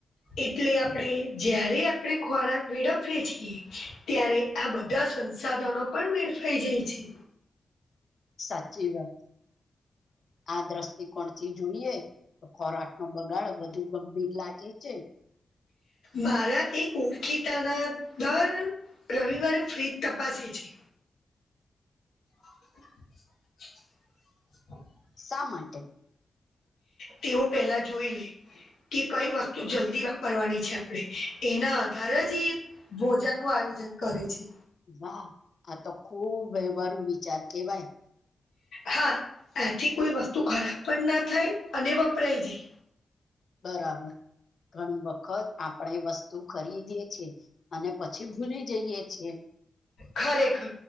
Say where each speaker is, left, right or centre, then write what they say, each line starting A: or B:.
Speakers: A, on the left; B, on the left.
A: એટલે આપણે જ્યારે આપણે ખોરાક વેડફીએ છીએ ત્યારે આ બધા સંસાધનો પણ વેડફાઈ જાય છે.
B: સાચી વાત આ દ્રશ ટી જોઈએ તો ખોરાક નો બગાડ વધુ ગંભીર લાગે છે.
A: મારા એક ઓળખીતા ના દર રવિવારે ફ્ર્રીજ તપાસે છે. <inaudible> <inaudible>
B: શા માટે.
A: તે હું પેલા જોઈ લે કે કઈ વસ્તુ જલ્દી વાપરવાની છે આપણેે એના આધારજ એ ભોજન નું આયોજન કરે છે.
B: વાહ આ તો ખુબ વહેવારુ વિચાર કેવાય.
A: હા આથી કોઈ વસ્તુ ખરાબ પણ ના થાય અને વપરાય જાય.
B: બરાબર ઘણી વખત આપણેે વસ્તુ ખરીદીએ છીએ. અને પછી ભૂલી છેએ.
A: ખરેખર.